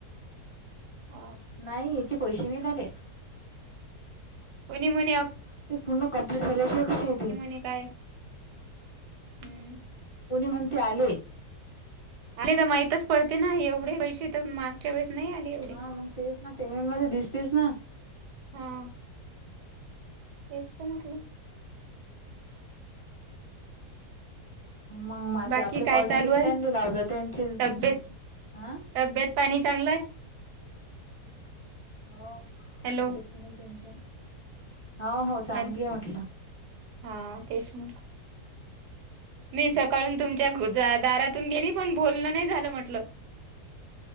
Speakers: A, on the right; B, on the left.
A: हो.
B: नाही याचे पैसे नाही झाले.
A: कोणी म्हन्या.
B: ते पूर्ण कम्प्लीट झाल्याशिवाय कसे येतील.
A: ती काय? हम्म.
B: कोणी म्हणते आले.
A: आणि तर माहितच पडते ना एवढे पैसे तर च्या वेळीस नाही आले. एवढे
B: हा मग तेच ना पेमेंट मध्ये दिसतेस ना.
A: हा, तेस् तर म्हटलं.
B: मग माझे
A: बाकी
B: आपले
A: काय
B: कॉल झाले
A: चालू
B: की
A: आहे
B: त्यांनी लाव जा त्यांचे
A: तब्येत
B: तुमच्याकडे, ह.
A: तब्येत पाणी चांगलंय?
B: हो
A: हॅलो
B: नाही टेन्शन, हो हो चांगली
A: हॅलो
B: आहे म्हटलं.
A: हा तेच ना. मी सकाळून तुमच्या दारातून गेली पण बोलणं नाही झालं म्हटलं.